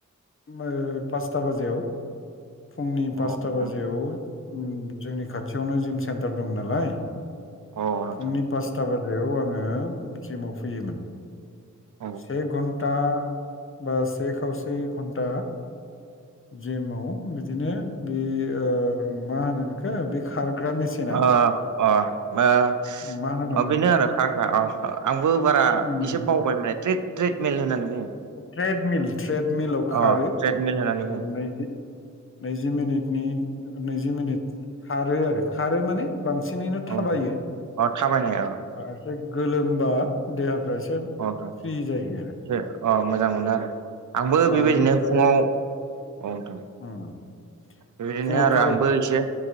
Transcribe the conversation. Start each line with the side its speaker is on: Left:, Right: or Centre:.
Left: ओब ओ पासथा बाजायाव फुंनि पासथा
Right: अ नोंथां
Left: बाजियाव ओ जोंनि खाथियावनो जिम सेन्टार दं नालाय
Right: अ नोंथां
Left: फुंनि पास स्था बाजायाव आङो जिमाव फैयोमोन
Right: औ ओ
Left: से घन्ट टा बा से खावसे घन्टा जिमाव बिदिनो बे ओ मा होनो बेखो बे खारग्रा मेचि
Right: ओ ओ ओ
Left: मा होनो
Right: अ बेनो आरो हाग्रा अ आंबो बारा
Left: उम,
Right: एसे बावबायमोने ट्रेड ट्रेडमेल होननानै बुङो
Left: ट्रेडमिल ट्रेडमिलाव खारो
Right: अ ट्रेडमेल होननानै
Left: ओम
Right: बुङो
Left: नैजि नैजि मिनिटनि ओ नैजि मिनिट खारो आरो खारो माने बांसिनैनो
Right: औ
Left: थाबायो
Right: नोंथां अ थाबायनाय अ
Left: एसे गोलोमबा देहाफ्रा एसे
Right: अ नोंथां
Left: फ्रि जायो आरो
Right: एसे अ मोजां मोनो आरो आंबो
Left: ओ
Right: बेबायदिनो
Left: इनिफ्राय
Right: फुङाव औ नोंथां
Left: उम
Right: बेबायदिनो
Left: फुङाव
Right: आरो
Left: खारो
Right: आंबो एसे